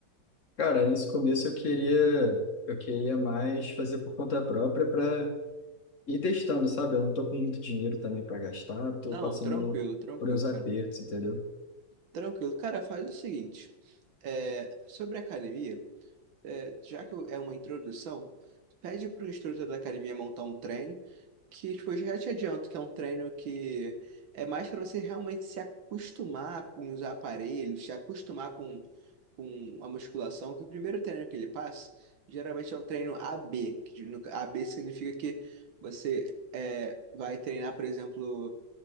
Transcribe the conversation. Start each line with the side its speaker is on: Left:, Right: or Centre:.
Left: Cara, nesse começo eu queria, eu queria mais fazer por conta própria para E testando, sabe? Eu não tô com muito dinheiro também para gastar, tô
Right: Não,
Left: passando
Right: tranquilo, tranquilo,
Left: por uns apertos,
Right: cara.
Left: entendeu?
Right: Tranquilo. Cara, faz o seguinte. é, sobre a academia, é, já que é uma introdução, pede pro instrutor da academia montar um treino, que tipo, eu já te adianto que é um treino que é mais para você realmente se acostumar com os aparelhos, se acostumar com, com a musculação, que o primeiro treino que ele passa, geralmente é o treino A B que no- A B significa que você é, vai treinar, por exemplo